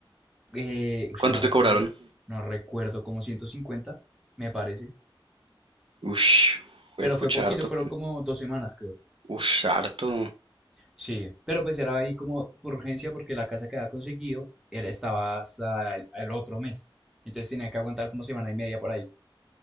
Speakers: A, in the centre; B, on the right.
A: eh, ush,
B: ¿Cuánto
A: no recuerdo.
B: te cobraron?
A: No recuerdo, como 150 me parece.
B: Ush,
A: Pero
B: pucha,
A: fue poquito,
B: harto.
A: fueron como dos semanas, creo.
B: Ush, harto.
A: Sí, pero pues era ahí como por urgencia porque la casa que había conseguido era, estaba hasta el el otro mes. Entonces tenía que aguantar como semana y media por ahí.